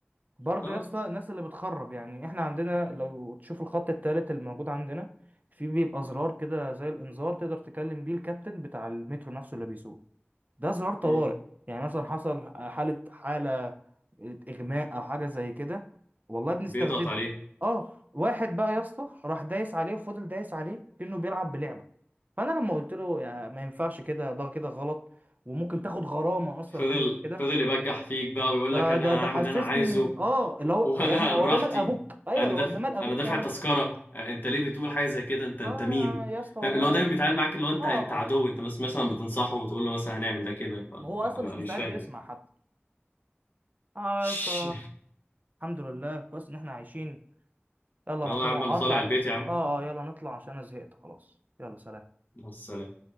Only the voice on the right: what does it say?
برضه
يا اسطى الناس اللي بتخرب يعني احنا عندنا لو تشوف الخط التالت الموجود عندنا في بيبقى زرار كده زي الانذار تقدر تكلم بيه الكابتن بتاع المترو نفسه اللي بيسوق ده زرار طوارئ
يعني مثلا حصل حالة حالة اغماء او حاجة زي كده والله بنستخدمه
اه واحد بقى يا اسطى راح دايس عليه وفضل دايس عليه كأنه بيلعب بلعبة فانا لما قلت له يعني ما ينفعش كده ده كده غلط وممكن تاخد غرامة اصلا
حاجة زي كده
ده
ده ده
حسسني
اه اللي
هو
يا ابني هو
ده مال ابوك ايوه
هو
ده مال ابوك
فعلا
اه
يا اسطى والله
اه
اه
هو اصلا
مش مستعد
يسمع
حتى اه
يا اسطى الحمد لله كويس ان احنا عايشين يلا
انا طالع
هطلع
اه آه، يلا نطلع عشان انا زهقت خلاص يلا سلام